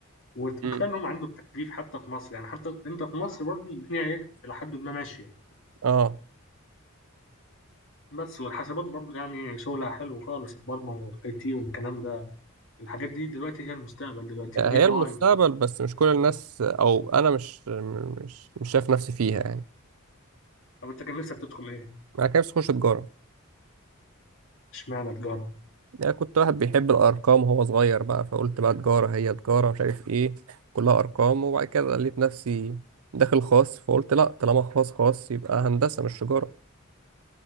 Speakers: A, on the left (about 65°); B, on the right (about 85°).
A: وت-
B: مم.
A: وكفاية إنهم عندهم تكليف حتى في مصر يعني حتى أنت في مصر برضه الدنيا إيه إلى حد ما ماشية
B: اه
A: بس والحسابات برضه يعني شغلها حلو خالص البرمجة والأي تي والكلام ده الحاجات دي دلوقتي هي المستقبل دلوقتي
B: هي
A: ال AI
B: المستقبل بس مش كل الناس او انا مش مش مش شايف نفسي فيها يعني
A: طب أنت كان نفسك تدخل إيه؟
B: انا كان نفسي اخش تجاره
A: اشمعنى تجارة؟
B: يعني كنت واحد بيحب الارقام وهو صغير بقى فقلت بقى تجاره هي تجاره مش عارف ايه كلها ارقام وبعد كده لقيت نفسي داخل خاص فقلت لا طالما خاص خاص يبقى هندسه مش تجاره